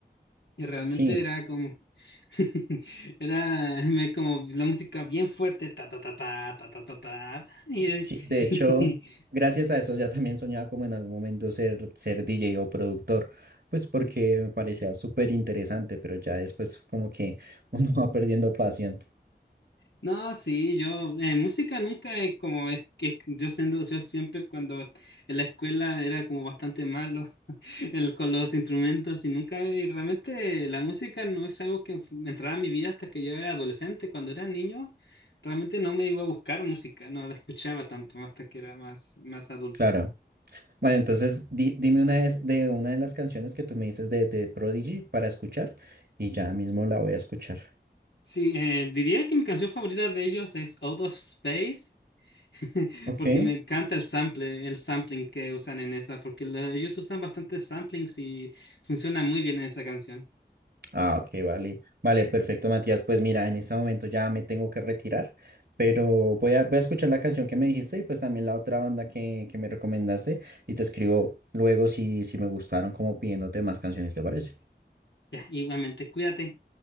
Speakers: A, on the left (about 85°); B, on the right (about 65°).
A: Y realmente
B: Sí,
A: era como, <laughs> era me- como la música bien fuerte, ta ta ta ta ta ta ta ta. Y,
B: sí, de
A: y-
B: hecho, gracias a eso ya también soñaba como en algún momento ser, ser DJ o productor, pues porque me parecía súper interesante, pero ya después como que <laughs> uno va perdiendo pasión.
A: <laughs> no, sí, yo, eh, música nunca es como, es que yo siendo, yo siempre cuando en la escuela era como bastante malo <laughs> el, con los instrumentos y nunca, y realmente la música no es algo que me entrara a mi vida hasta que yo era adolescente, cuando era niño, realmente no me iba a buscar música, no la escuchaba tanto hasta que era más, más adulto.
B: Claro. Bueno, entonces di- dime una vez de una de las canciones que tú me dices de, de Prodigy para escuchar y ya mismo la voy a escuchar.
A: Sí, eh, diría que mi canción favorita de ellos es Out of Space, <laughs>
B: Ok.
A: porque me encanta el sample, el sampling que usan en esa, porque lo- ellos usan bastantes samplings y funciona muy bien en esa canción.
B: Ah, ok, vale. Vale, perfecto, Matías. Pues mira, en este momento ya me tengo que retirar, pero voy a, voy a escuchar la canción que me dijiste y pues también la otra banda que, que me recomendaste y te escribo luego si, si me gustaron como pidiéndote más canciones, ¿te parece?
A: Ya, igualmente, cuídate.